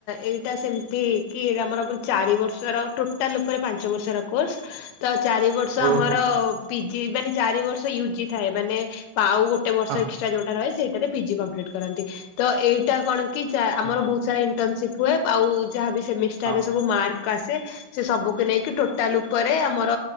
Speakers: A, on the left (about 80°); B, on the right (about 85°).
A: ଏଇଟା ସେମିତି କି ଆମର ୟେ ଚାରି ବର୍ଷର ଟୋଟାଲ ଉପରେ ପାଞ୍ଚବର୍ଷର କୋର୍ସ ତ ଚାରି ବର୍ଷ
B: ଓହୋ
A: ଆମର ପିଜି ମାନେ ଚାରି ବର୍ଷ ୟୁଜି ଥାଏ ମାନେ ଆଉ ଗୋଟେ ବର୍ଷ
B: ହଁ
A: ଏକ୍ସଟ୍ରା ଯୋଉଁଟା ରହେ ସେଇଟାରେ ପିଜି କମ୍ପ୍ଲିଟ୍ କରନ୍ତି ତ ଏଇଟା କଣ କି ଆମର
B: ହଁ
A: ବହୁତ ସାରା ଇଣ୍ଟରନସିପ ହୁଏ। ଆଉ ଯାହାବି ସେମିଷ୍ଟାର
B: ହଁ
A: ରେ ସବୁ ମାର୍କ ଆସେ ସେ ସବୁକୁ ନେଇକି ଟୋଟାଲ ଉପରେ ଆମର